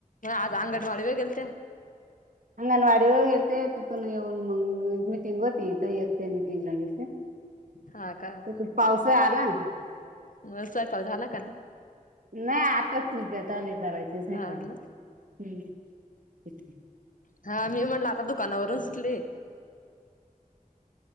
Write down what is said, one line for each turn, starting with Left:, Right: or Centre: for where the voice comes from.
Left: अज अंगड म व्या गेलतय
Right: अंगनवाडी होेलते तथून येवन मंग मीटिंग होती. एकट मिीटिंग ला गेते
Left: हा का
Right: तर पाऊस आला.
Left: मग स्वयंपाक झाला की नाही.
Right: नाही आताच सु आले करायचे नाही
Left: हा
Right: प
Left: ना
Right: ह्
Left: हा मी म्हणला आता दुकानावरून सुटले